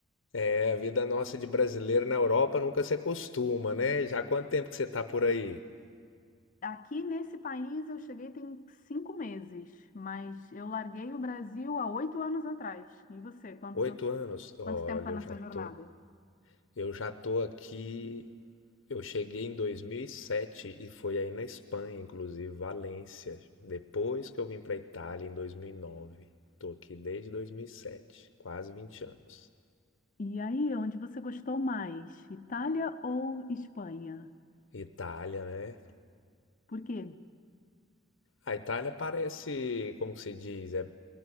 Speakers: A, on the left; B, on the left.
A: é, a vida nossa de brasileiro na Europa nunca se acostuma, né? Já há quanto tempo que você tá por aí?
B: Aqui nesse país eu cheguei tem cinco meses, mas eu larguei o Brasil há oito anos atrás. E você, quanto,
A: Oito anos? Olha,
B: quanto tempo está nessa
A: eu já
B: jornada?
A: tô, eu já tô aqui. Eu cheguei em dois mil e sete e foi aí na Espanha, inclusive, Valência. Depois que eu vim para Itália em 2009. Tô aqui desde 2007, quase 20 anos.
B: E aí, onde você gostou mais? Itália ou Espanha?
A: Itália, né?
B: Por quê?
A: A Itália parece, como que se diz, é,